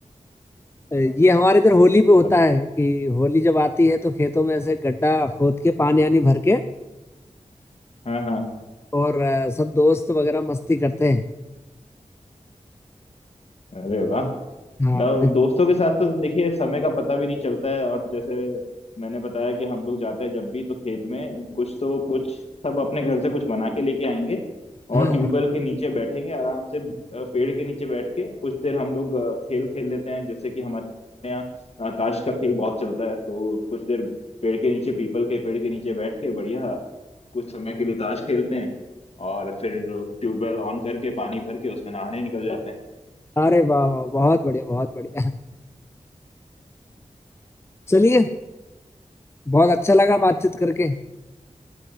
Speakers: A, on the left; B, on the left.
A: ये
B: अ,
A: हमारे इधर होली
B: तो
A: पे
B: सब
A: होता है कि होली जब आती है तो खेतों में ऐसे गड्ढा खोद के पानी आनी भर के
B: हाँ हाँ
A: और अ, सब दोस्त वगैरह मस्ती करते हैं
B: अरे वाह
A: हाँ
B: ना दोस्तों के साथ तो देखिए समय का पता भी नहीं चलता है और जैसे मैंने बताया कि हम लोग जाते हैं जब भी तो खेत में कुछ तो कुछ सब अपने घर से कुछ बना के लेके आएंगे
A: हाँ,
B: और ट्यूबवेल के नीचे बैठेंगे आराम से अ, पेड़ के नीचे बैठ के कुछ देर हम लोग अ, खेल खेल लेते हैं जैसे कि हमारे यहाँ अ, ताश का खेल बहुत चलता है तो कुछ देर पेड़ के नीचे पीपल के पेड़ के नीचे बैठ के बढ़िया कुछ समय के लिए ताश खेलते हैं और फिर ट्यूबवेल ऑन करके पानी भर के उसमें नहाने निकल जाते हैं
A: अरे वाह वाह बहुत बढ़िया बहुत बढ़िया चलिए बहुत अच्छा लगा बातचीत करके